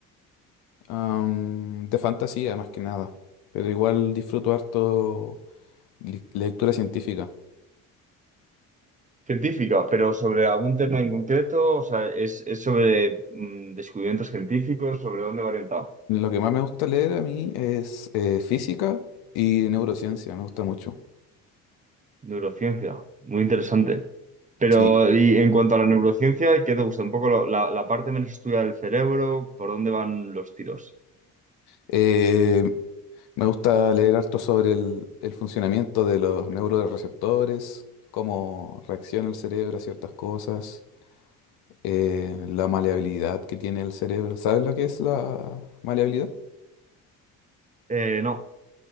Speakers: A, on the left; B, on the right.
A: am, de fantasía más que nada, pero igual disfruto harto li- lectura científica.
B: Científica, pero sobre algún tema en concreto, o sea, ¿es, es sobre mm, descubrimientos científicos, sobre dónde va orientado?
A: Lo que más me gusta leer a mí es eh, física y neurociencia, me gusta mucho.
B: Neurociencia, muy interesante. Pero,
A: Sí.
B: y en cuanto a la neurociencia, ¿qué te gusta? Un poco lo- la, la parte menos estudiada del cerebro, por dónde van los tiros.
A: Eh, Me gusta leer harto sobre el, el funcionamiento de los neuroreceptores, cómo reacciona el cerebro a ciertas cosas, eh, la maleabilidad que tiene el cerebro. ¿Sabes lo que es la maleabilidad?
B: Eh, no.